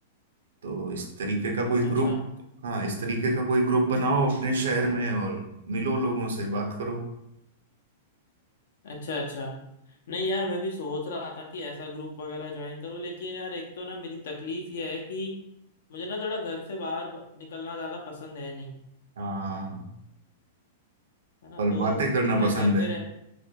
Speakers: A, on the right; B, on the left.
A: तो इस तरीके का कोई
B: अच्छा
A: ग्रुप हाँ इस तरीके का कोई ग्रुप बनाओ अपने शहर में और मिलो लोगों से बात करो
B: अच्छा अच्छा नहीं यार मैं भी सोच रहा था कि ऐसा ग्रुप वगैरह ज्वाइन करूं लेकिन यार एक तो ना मेरी तकलीफ ये है कि मुझे ना थोड़ा घर से बाहर ब- निकलना ज़्यादा पसंद है नहीं
A: हाँ
B: है ना
A: और
B: तो
A: बातें करना
B: मैं
A: पसंद
B: घर
A: है
B: पे रह